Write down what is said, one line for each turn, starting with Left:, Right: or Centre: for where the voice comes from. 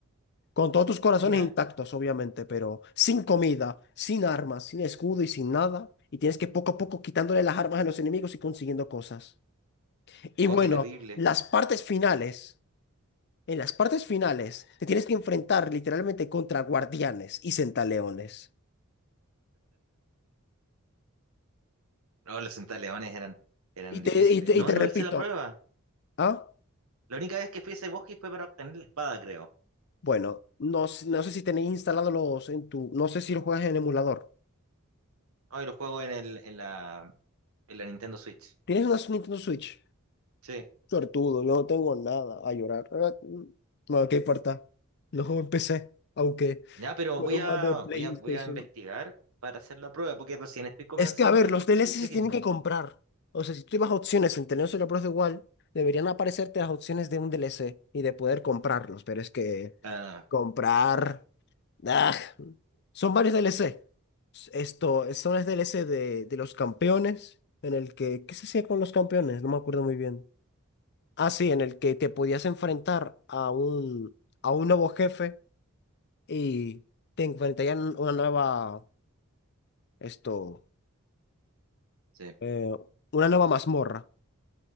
Left: Con todos tus corazones
Right: mira.
Left: intactos, obviamente, pero sin comida, sin armas, sin escudo y sin nada. Y tienes que poco a poco quitándole las armas a los enemigos y consiguiendo cosas. Y
Right: Oh,
Left: bueno,
Right: qué terrible.
Left: las partes finales. En las partes finales, te tienes que enfrentar literalmente contra guardianes y centaleones.
Right: No, los centaleones eran, eran
Left: Y te,
Right: difíciles.
Left: y te,
Right: No,
Left: y te
Right: no
Left: repito,
Right: hice la prueba.
Left: ¿ah?
Right: La única vez que fui a ese bosque fue para obtener la espada, creo.
Left: Bueno, no, s- no sé si tenéis instalados los en tu. No sé si lo juegas en emulador.
Right: Hoy lo juego en el, en la, en la Nintendo Switch.
Left: ¿Tienes una s- Nintendo Switch?
Right: Sí.
Left: Suertudo, yo no tengo nada a llorar. Ah, mm, No, ¿qué importa? Lo juego en PC, aunque
Right: Ya, pero
Left: con
Right: voy
Left: un
Right: a,
Left: mando de PlayStation.
Right: voy a, voy a investigar para hacer la prueba, porque recién estoy comenzando
Left: Es que, a ver,
Right: el
Left: los DLC
Right: Tears of
Left: se
Right: the Kingdom.
Left: tienen que comprar. O sea, si tú ibas a opciones en tener solo Pro de igual, deberían aparecerte las opciones de un DLC y de poder comprarlos. Pero es que
Right: Ah,
Left: comprar. ¡Ah! Son varios DLC. Esto, son los DLC de, de los campeones. En el que. ¿Qué se hacía con los campeones? No me acuerdo muy bien. Ah, sí, en el que te podías enfrentar a un, a un nuevo jefe y te enfrentarían una nueva. Esto.
Right: sí.
Left: eh, una nueva mazmorra.